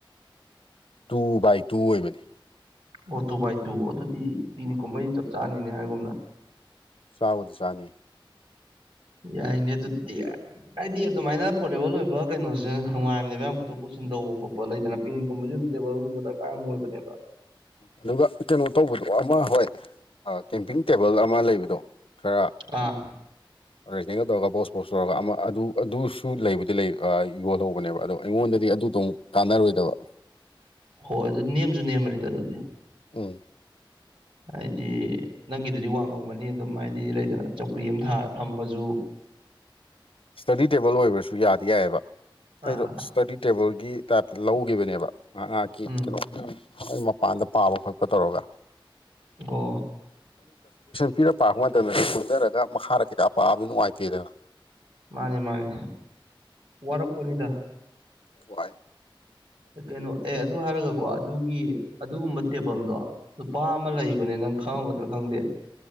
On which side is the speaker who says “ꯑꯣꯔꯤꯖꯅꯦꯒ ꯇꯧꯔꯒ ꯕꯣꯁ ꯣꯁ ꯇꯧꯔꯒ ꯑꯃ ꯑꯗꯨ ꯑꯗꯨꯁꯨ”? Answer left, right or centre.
Left